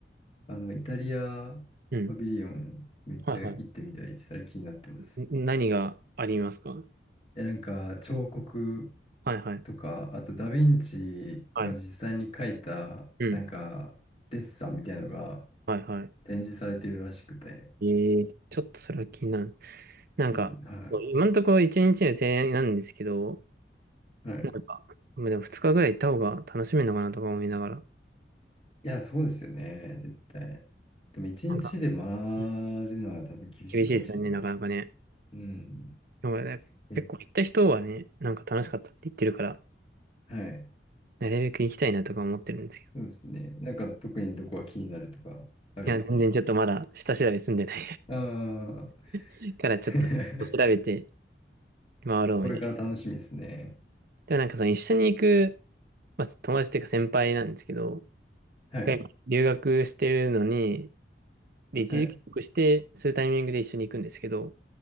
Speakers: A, on the left; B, on the right.
A: あの、イタリア
B: うん。
A: パビリオンめっちゃ行ってみたいです。
B: はいは
A: あれ気になってます。
B: い。ん何がありますかは
A: え、なんか彫刻
B: いはい。
A: とか、あとダヴィンチが実際に描いた、
B: はい。うん。
A: なんかデッサンみたいなのが
B: はいは
A: 展示されてるらしくて。
B: い。えー、ちょっとそれは気になる。なんか、
A: うん、は
B: そう今のところ一日の提案なんですけど、
A: い。はい。
B: なんか、まあでも二日ぐらい行った方が楽しめるのかなとか思いながら。
A: いや、そうですよね。絶対。でも一日で回
B: なんか、うん
A: るのは多分厳しいかもしれないです
B: 厳しいですよね、なかなかね。
A: ね。うん。
B: でもね結構行った人はね、
A: え、
B: なんか楽しかったって言ってるから、
A: はい。
B: なるべく行きたいなとか思ってるんですけど
A: そうですね。なんか特にどこが気になるとかあるんですか
B: いや、全然ちょっとまだ下調べ済んでない
A: ああ
B: <laughs> からちょっと調べて
A: ー。<laughs>
B: 回ろうみたいな。
A: これから楽しみですね。
B: でもなんかその一緒に行く、まあ、友達っていうか先輩なんですけど、
A: はい。
B: が今留学してるのに、で、一時帰国して、
A: はい。
B: そういうタイミングで一緒に行くんですけど、